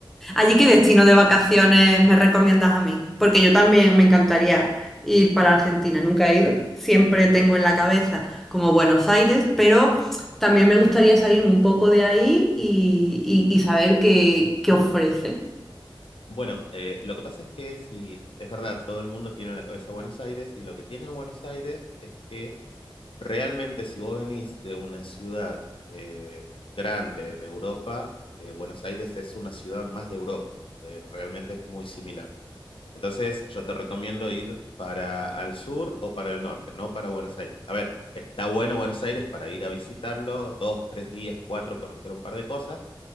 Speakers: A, in the centre; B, on the left (about 75°).
A: Allí, ¿qué destino de vacaciones me recomiendas a mí? Porque yo también me encantaría ir para Argentina, nunca he ido. Siempre tengo en la cabeza como Buenos Aires, pero también me gustaría salirme un poco de ahí y, y- y saber qué, qué ofrece.
B: Bueno, eh, lo que pasa es que si es verdad, todo el mundo tiene en la cabeza Buenos Aires y lo que tiene Buenos Aires es que realmente si vos venís de una ciudad eh, grande en Europa, eh, Buenos Aires es una ciudad más de Europa, eh, realmente es muy similar. Entonces yo te recomiendo ir para al sur o para el norte, no para Buenos Aires. A ver, está bueno Buenos Aires para ir a visitarlo, dos, tres días, cuatro, conocer un par de cosas